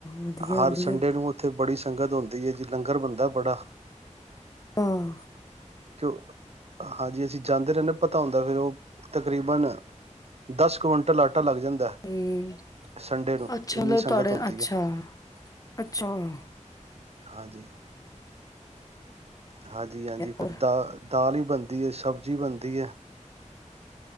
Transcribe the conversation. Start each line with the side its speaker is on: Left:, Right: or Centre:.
Left: ਵਧੀਆ
Right: ਹਰ
Left: ਵਧੀਆ
Right: ਸੰਡੇ ਨੂੰ ਉੱਥੇ ਬੜੀ ਸੰਗਤ ਹੁੰਦੀ ਹੈ। ਲੰਗਰ ਬਣਦਾ ਬੜਾ,
Left: ਆਹ,
Right: ਕਿਉ ਹਾਂਜੀ ਅਸੀਂ ਜਾਂਦੇ ਰਹਿੰਦੇ ਪਤਾ ਹੁੰਦਾ ਫਿਰ ਉਹ ਤਕਰੀਬਨ, ਦਸ ਕੁਇੰਟਲ ਆਟਾ ਲੱਗ ਜਾਂਦਾ
Left: ਹੂੰ
Right: ਸੰਡੇ ਨੂੰ
Left: ਅੱਛਾ
Right: ਇੰਨੀ
Left: ਮਤਲਬ
Right: ਸੰਗਤ
Left: ਤੁਹਾਡੇ
Right: ਹੁੰਦੀ
Left: ਅੱਛਾ
Right: ਹੈ
Left: ਅੱਛਾ ਵਧੀਆ
Right: ਹਾਂਜੀ ਹਾਂਜੀ ਹਾਂਜੀ ਫਿਰ
Left: ਹੋਰ
Right: ਦ ਦ ਹੀ ਬਣਦੀ ਹੈ ਸਬਜ਼ੀ ਬਣਦੀ ਹੈ